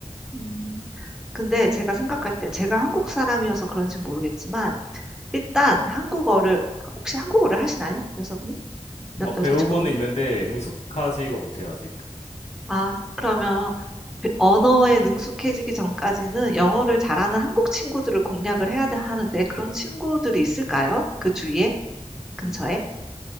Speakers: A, in the centre; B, on the left (about 70°).
A: 음, 근데 제가 생각할 때 제가 한국 사람이어서 그런지 는 모르겠지만 일단 한국어를, 혹시 한국어를 하시나요? 여자분이?
B: 막
A: 여,
B: 배우고는
A: 자친구분이
B: 있는데 능숙하지가 못해요 아직.
A: 아, 그러면 배- 언어에 능숙해지기 전까지는 영어를 잘하는 한국 친구들을 공략을 해야 돼- 하는데 그런 친구들이 있을까요? 그 주위에? 근처에?